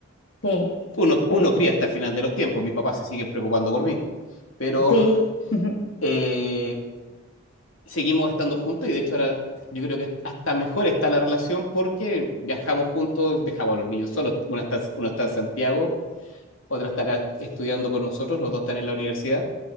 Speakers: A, on the left; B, on the left.
A: sí,
B: Uno,
A: es-
B: uno cría
A: es-
B: hasta el final de los tiempos, mis papás se siguen preocupando por mí, pero,
A: sí, <laughs>
B: eh, seguimos estando juntos y de hecho ahora yo creo que hasta mejor está la relación porque viajamos juntos, dejamos a los niños solos. Una está, uno está en Santiago, otra está acá estudiando con nosotros, los dos están en la universidad,